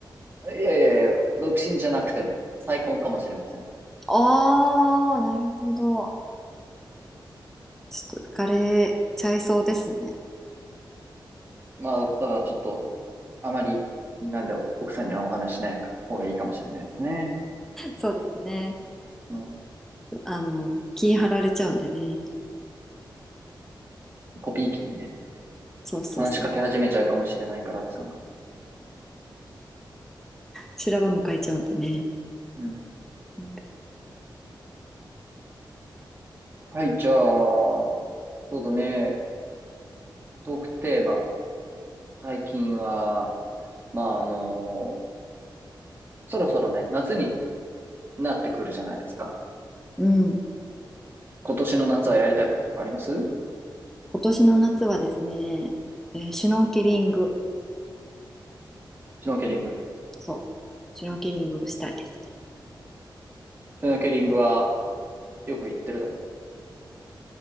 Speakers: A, on the right (about 25°); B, in the centre.
A: いやいやいや、独身じゃなくても再婚かもしれません。
B: ああ、なるほど。ちょっと浮かれちゃいそうですね。
A: まあ、ただちょっと、あまり、なんで奥さんにはお話ししない方がいいかもしれないですね。
B: そうですね。
A: うん。
B: あの、気張られちゃうんでね。
A: コピー機にね、
B: そうそうそう。
A: 話しかけ始めちゃうかもしれないから、奥さんが。
B: 修羅場迎えちゃうんでね。
A: うん。
B: うん。
A: はい、じゃあ、そうだね。トークテーマ。最近は、まあ、あのそろそろね、夏になってくるじゃないですか。
B: うん
A: 今年の夏はやりたいこととかあります
B: 今年の夏はですね、えーシュノーケリング。
A: シュノーケリング。
B: そう。シュノーケリングをしたいですね。
A: シュノーケリングはよく行ってるの